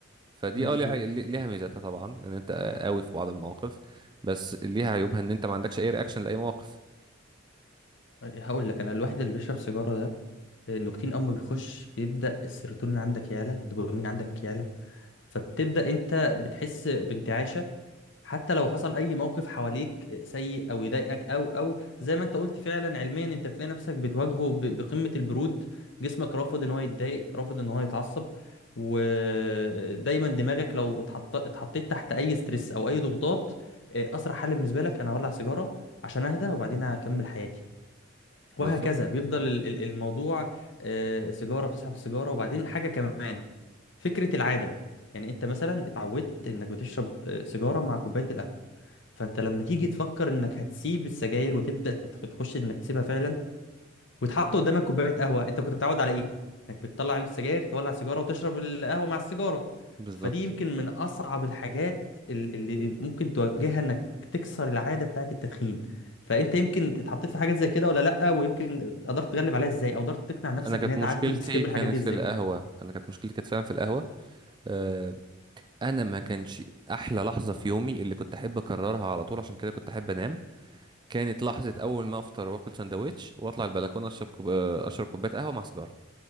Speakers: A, on the right; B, on the left.
A: فدي
B: مظبوط
A: اه ليها ليها ميزاتها طبعا ان انت قوي في بعض المواقف بس ليها عيوبها ان انت ما عندكش اي رياكشن لاي موقف
B: هقول لك انا الواحد اللي بيشرب سيجاره ده النيكوتين اما بيخش بيبدا السيروتونين عندك يعلى الدوبامين عندك يعلى فبتبدا انت بتحس بانتعاش حتى لو حصل اي موقف حواليك سيء او يضايقك او او زي ما انت قلت فعلا علميا انت بتلاقي نفسك بتواجهه ب- بقمة البرود جسمك رافض ان هو يتضايق رافض ان هو يتعصب ودايما دماغك لو اتحط اتحطيت تحت اي ستريس او اي ضغوطات آه، اسرع حل بالنسبة لك انا اولع سيجارة عشان اهدى وبعدين هكمل حياتي وهكذا
A: بالظبط
B: بيفضل ال- ال- الموضوع آه، سيجارة بتسحب السيجارة وبعدين حاجة كمان فكرة العادة يعني انت مثلا اتعودت انك بتشرب آه، سيجارة مع كوباية القهوة فانت لما تيجي تفكر انك هتسيب السجاير وتبدا تتخ- تخش انك تسيبها فعلا وتحط قدامك كوبايه قهوه انت كنت متعود على ايه انك بتطلع علبه سجاير تولع سيجاره وتشرب القهوه مع السيجاره
A: بالظبط
B: فدي يمكن من اصعب الحاجات ال- اللي ممكن تواجهها انك تكسر العاده بتاعه التدخين فانت يمكن اتحطيت في حاجات زي كده ولا لا ويمكن قدرت تغلب عليها ازاي او قدرت تقنع نفسك
A: انا كانت
B: ان هي تعدي
A: مشكلتي
B: وتسكيب
A: كانت
B: الحاجات دي
A: في
B: ازاي
A: القهوه انا كانت مشكلتي كانت فعلا في القهوه آه، انا ما كانش احلى لحظه في يومي اللي كنت احب اكررها على طول عشان كده كنت احب انام كانت لحظه اول ما افطر واكل سندوتش واطلع البلكونه اشرب كوب... آه، اشرب كوبايه قهوه مع سيجاره